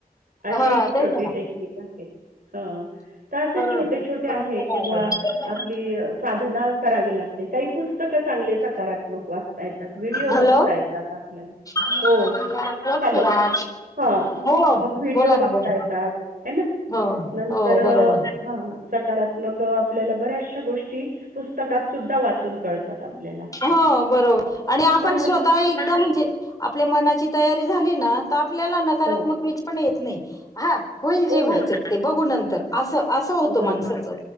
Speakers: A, on the right; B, on the left.
A: अशी
B: हो
A: एक छोटी
B: तेच ना
A: टेक्निक आहे. ह तर असे
B: करून
A: छोटे छोटे आहे
B: करून बघायला
A: किंवा
B: लागेल.
A: आपली साधना करावी लाग काही पुस्तक चांगले सकारात्मक वाचता येतात. व्हिडिओ
B: हॅलो
A: बघता येतात. आपल्याला
B: म्हणलं
A: हो हॅलो
B: कोण यार
A: ह
B: हो
A: मग व्हिडिओ
B: बोला
A: बघता
B: ना बोला
A: येतात. हाय ना,
B: हो हो
A: तर
B: बरोबर
A: हा सकारात्मक. अ आपल्याला बऱ्याशा गोष्टी पुस्तकात. सुद्धा वाचून कळतात आपल्याला.
B: <inaudible> हो बरोबर
A: तर
B: आणि आपण
A: पण
B: <unintelligible>
A: हल्
B: स्वतः एकदा म्हणजे आपल्या मनाची तयारी झाली ना. <inaudible> आपल्याला नकारात्मक
A: हो.
B: वीज पण येत नाही. हा होईल जे
A: हो
B: व्हायचं
A: ना.
B: <unintelligible> ते बघून नंतर तर असं असं होत
A: बरोबर.
B: माणसाच